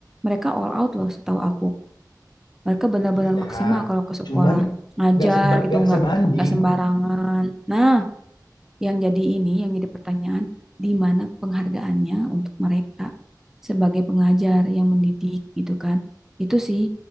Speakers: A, in the centre; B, on the left.
A: mereka all out loh setahu aku. mereka benar-benar
B: Iya,
A: maksimal kalau ke sekolah
B: cuman
A: ngajar
B: nggak seba,
A: gitu
B: nggak
A: nggak
B: sebanding
A: nggak sembarangan nah yang jadi ini yang jadi pertanyaan di mana penghargaannya untuk mereka sebagai pengajar yang mendidik gitu kan itu sih